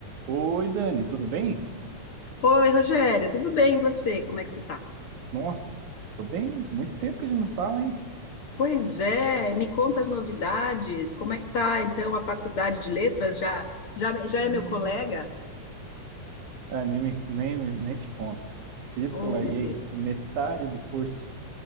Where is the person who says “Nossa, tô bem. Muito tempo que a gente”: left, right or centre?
Right